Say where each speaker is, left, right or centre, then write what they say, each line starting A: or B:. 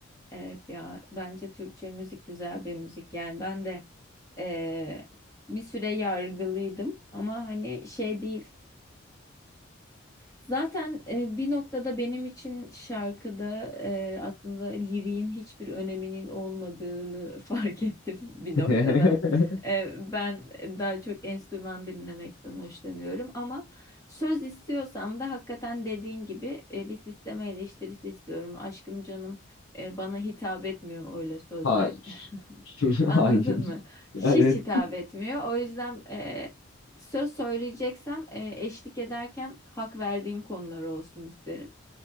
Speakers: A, on the left; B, on the left.
A: evet ya bence Türkçe müzik güzel bir müzik yani ben de eee, bir süre yargılıydım ama hani şey değil Zaten e, bir noktada benim için şarkıda e, aslında liriğin hiçbir öneminin olmadığını <laughs> fark ettim bir noktada.
B: <laughs>
A: E, ben daha çok enstrüman dinlemekten hoşlanıyorum ama söz istiyorsam da hakikaten dediğin gibi e, bir sisteme eleştirisi istiyorum. Aşkım canım e, bana hitap etmiyor öyle sözler.
B: Hayır.
A: <laughs>
B: <laughs>
A: Anladın
B: Hayır.
A: mı? Hiç
B: Evet.
A: hitap etmiyor. O yüzden e, söz söyleyeceksem e, eşlik ederken hak verdiğim konular olsun isterim.